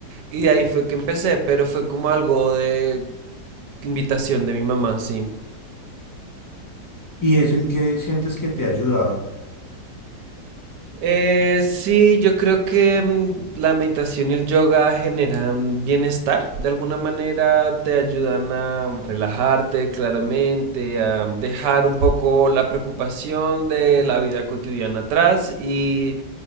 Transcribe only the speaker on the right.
y de ahí fue que empecé, pero fue como algo de invitación de mi mamá, sí.
Eh, sí, yo creo que mm, la meditación y el yoga generan bienestar. De alguna manera te ayudan a mm, relajarte claramente, a mm, dejar un poco la preocupación de la vida cotidiana atrás y